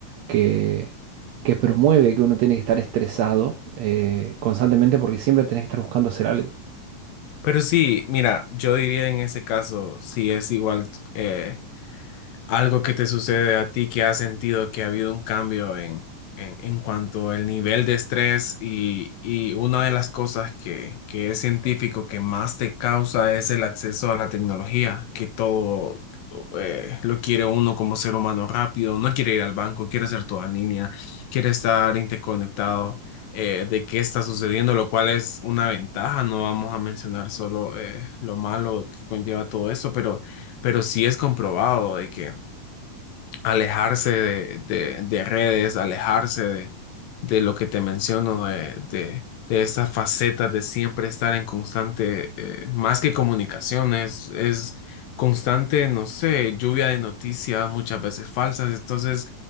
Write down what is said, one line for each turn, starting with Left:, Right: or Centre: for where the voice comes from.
Right: que... que promueve que uno tiene que estar estresado eh, constantemente porque siempre tenés que estar buscando hacer algo.
Left: Pero sí, mira, yo diría en ese caso, si es igual eh, algo que te sucede a ti que has sentido que ha habido un cambio en, en, en cuanto al nivel de estrés y, y una de las cosas que, que es científico que más te causa es el acceso a la tecnología, que todo eh, lo quiere uno como ser humano rápido, no quiere ir al banco, quiere hacer todo en línea, quiere estar interconectado. eh, de qué está sucediendo, lo cual es una ventaja, no vamos a mencionar solo eh, lo malo que conlleva todo eso, pero, pero sí es comprobado de que alejarse de, de- de redes, alejarse de, de lo que te menciono, de, de, de esta faceta de siempre estar en constante, eh, más que comunicación, es, es constante, no sé, lluvia de noticias muchas veces falsas. Entonces,